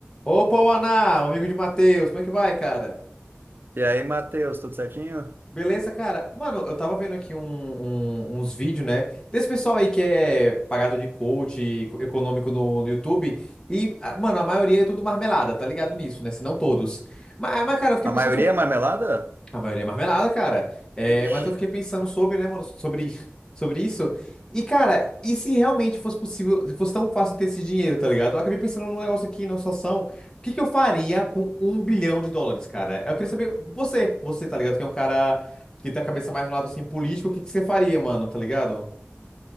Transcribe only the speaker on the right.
E aí, Matheus, tudo certinho?
A
maioria é marmelada?
Ixi.